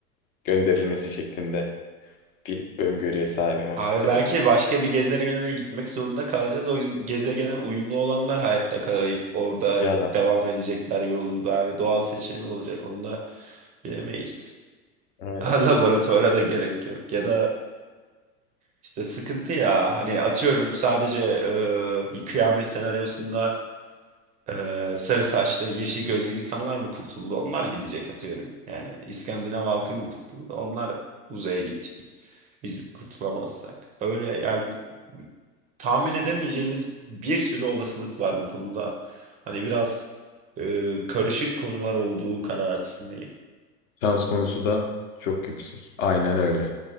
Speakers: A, on the left; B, on the right.
A: gönderilmesi şeklinde bir öngörüye sahibim açıkçası.
B: Abi belki başka bir gezegene gitmek zorunda kalacağız. O gezegene uyumlu olanlar hayatta kalayıp orada
A: Ya da
B: devam edecekler yolculuğa. Yani doğal seçilimi olacak onu da bilemeyiz. <laughs>
A: evet,
B: Ha, Laboratuvara da gerek yok. Ya da işte sıkıntı ya. Hani atıyorum sadece e, bir kıyamet senaryosunda e, sarı saçlı, yeşil gözlü insanlar mı kurtuldu? Onlar gidecek atıyorum. Yani İskandinav halkı mı kurtuldu? Onlar uzaya gidecek. Biz kurtulamazsak. Öyle yani tahmin edemeyeceğimiz bir sürü olasılık var bu konuda. Hani biraz e, karışık konular olduğu kanaatindeyim.
A: sans konusu da çok yüksek. Aynen öyle.